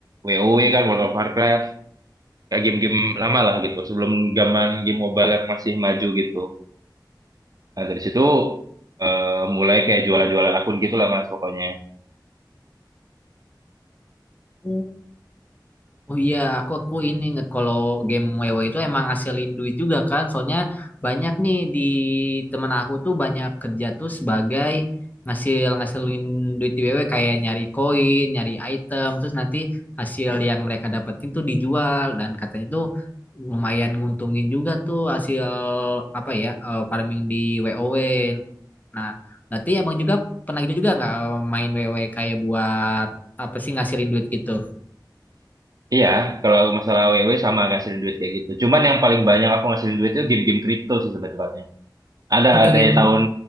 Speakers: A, on the right; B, on the left.
A: W O W kan World of Warcraft kayak game-game lama lah gitu sebelum zaman game mobile yang masih maju gitu nah dari situ eh, mulai kayak jualan-jualan akun gitu lah mas pokoknya
B: Oh, Oh iya, aku aku ini inget kalau game WoW itu emang ngasilin duit juga kan. Soalnya banyak nih di temen aku tuh banyak kerja tuh sebagai ngasil ngasilin duit di WoW kayak nyari koin, nyari item, terus nanti hasil yang mereka dapetin tuh dijual dan katanya tuh lumayan nguntungin juga tuh hasil apa ya eh, farming di WoW. Nah, berarti abang juga pernah gitu juga nggak eh, main WoW kayak buat apa sih ngasilin duit gitu?
A: iya kalau masalah W W sama ngasilin duit kayak gitu cuman yang paling banyak aku ngasilin duit itu game-game kripto sih sebetulnya ada
B: Oke,
A: dari
B: game
A: tahun